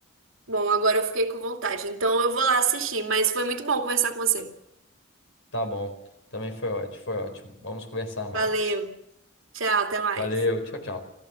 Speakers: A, on the right; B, on the left.
A: Bom, agora eu fiquei com vontade. Então eu vou lá assistir, mas foi muito bom conversar com você.
B: Tá bom. Também foi ótimo, foi ótimo. Vamos conversar mais.
A: Valeu. Tchau, até mais.
B: Valeu, tchau, tchau.